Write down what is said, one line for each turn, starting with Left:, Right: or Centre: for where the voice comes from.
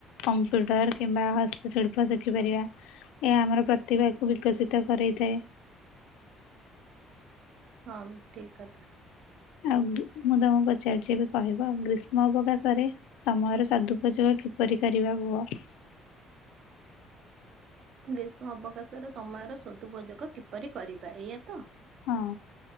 Left: କମ୍ପ୍ୟୁଟର କିମ୍ବା ହସ୍ତଶିଳ୍ପ ଶିଖିପାରିବା। ଏହା ଆମର ପ୍ରତିଭାକୁ ବିକଶିତ କରେଇଥାଏ।
Right: ହଁ ଠିକ୍ କଥା।
Left: ଆଉ ମୁଁ ତମକୁ ପଚାରୁଛି ବି କହିବ ଗ୍ରୀଷ୍ମ ଅବକାଶ ରେ ସମୟର ସଦୁପଯୋଗ କିପରି କରିବା କୁହ?
Right: ଗ୍ରୀଷ୍ମ ଅବକାଶର ସମୟର ସଦୁପଯୋଗ କିପରି କରିବା ଏଇୟା ତ।
Left: ହଁ।